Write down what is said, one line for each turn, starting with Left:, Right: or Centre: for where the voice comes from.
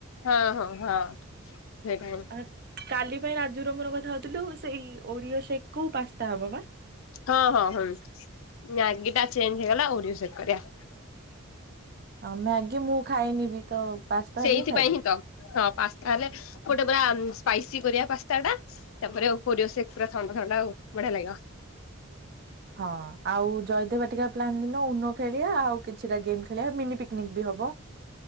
Left: ହଁ ହଁ ହଁ ସେଟା।
Right: ଆ କାଲି ପାଇଁ ରାଜୁର ମୋର କଥା ହଉଥିଲୁ ସେଇ ଓରିଓ ସେଖ କୁ ପାସ୍ତା ହବା ବା।
Left: ହଁ ହଁ ହଁ ମଗି ଟା ଚେଞ୍ଜ ହେଇଗଲା ଓଡି ସେ କରିବା।
Right: ହ ମ୍ୟାଗି ମୁଁ ଖାଇନିବି ତ ପାସ୍ତା
Left: ସେଇଥିପାଇଁ
Right: ହେଲେ ଖାଇବି।
Left: ହିଁ ତ ହଁ ପାସ୍ତା ହେଲେ ଗୋଟେ ପୁରା ସ୍ପାଇସି କରିବା ପାସ୍ତା ଟା ତାପରେ ପରିବ ସେ ପୁରା ଥଣ୍ଡା ଥଣ୍ଡା ଆଉ ବଢିଆ ଲାଗିବ।
Right: <inaudible> <inaudible> ହଁ ଆଉ ଜୟଦେବା ଟିକା ପ୍ଲାନ ଦିନ ଉନ ଖେଳିବା ଆଉ କିଛିଟା ଗେମ୍ ଖେଳିବା ମିନି ପିକନିକ ବି ହବ।